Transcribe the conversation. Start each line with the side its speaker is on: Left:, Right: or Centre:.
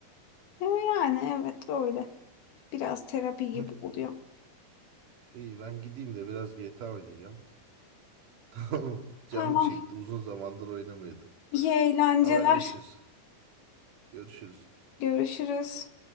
Left: Ya Yani evet öyle. Biraz terapi gibi
Right: <laughs>
Left: oluyor.
Right: İyi ben gideyim de biraz GTA oynayacağım. <laughs> Canım
Left: Tamam.
Right: çekti uzun zamandır oynamıyordum.
Left: İyi eğlenceler.
Right: Haberleşiriz. Görüşürüz.
Left: Görüşürüz.